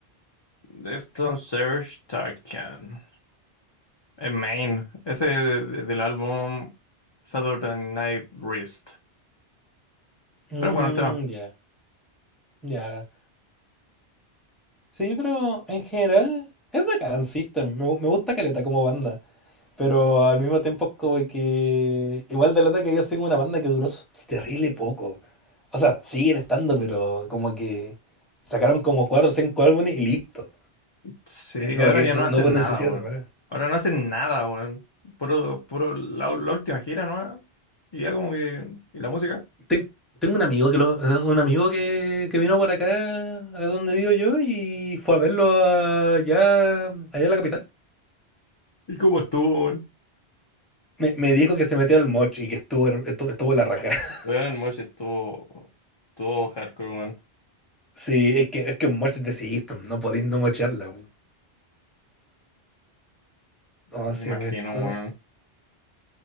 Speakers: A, on the left (about 35°); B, in the centre.
A: Deftones Serj Tarkan. En Main. Ese de- de- del álbum Saturday Night Wrist.
B: Mm,
A: Pero bueno, el tema.
B: ya, ya. Sí, pero en general es bacán System. Me, me gusta Caleta como banda. Pero al mismo tiempo es como que. Igual de lata que yo soy como una banda que duró su- terrible poco. O sea, siguen estando, pero como que sacaron como cuatro o cinco álbumes y listo.
A: Sí,
B: Eh, Como
A: ahora
B: que
A: ya
B: no,
A: no hacen
B: no hubo necesidad
A: nada, weón.
B: de más.
A: Ahora no hacen nada, weón. Puro, puro, la, la última gira, ¿no? Y ya como que. ¿Y la música?
B: Ten- tengo un amigo que lo, un amigo que, que vino por acá a donde vivo yo y fue a verlo allá, allá en la capital.
A: ¿Y cómo estuvo, weón?
B: Me, me dijo que se metió al moch y que estuvo, her- estuvo, estuvo la raja. <laughs>
A: Weón, el Mosh estuvo. Estuvo hardcore, weón.
B: Sí, es que es que un moch es de System, no podéis no mocharla. po. ¿Cómo
A: Me
B: se
A: imagino,
B: llama esto?
A: weón.